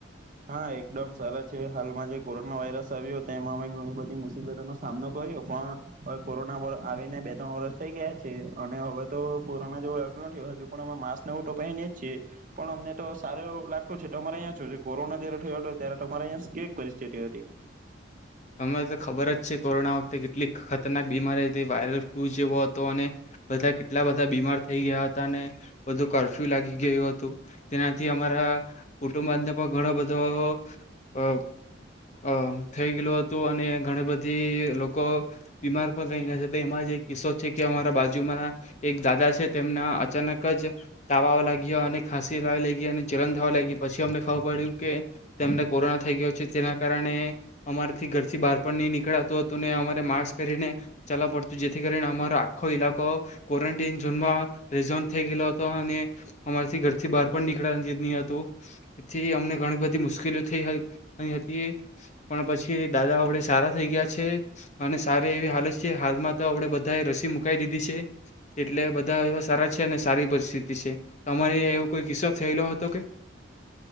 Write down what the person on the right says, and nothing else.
હા એકદમ સરા છે, હાલમાં જે કોરોના વાયરસ આવ્યો તે એમાં અમે ઘણી બધી મુસીબતોનો‌ સામનો કર્યો પણ, હવે કોરોના આવીને બે ત્રણ વરષ થઈ ગયા છે અને હવે તો કોરોના જેવો લગન થયો હજુ, પણ અમે માસ્ક નવટો પહેરીએ છીએ પણ અમને સારુંવું લાગતું છે, તો અમારે અહીં છો કોરોના જયારે થયો હતો ત્યારે તમારે અં કેવી પરિસ્થિતિ હતી?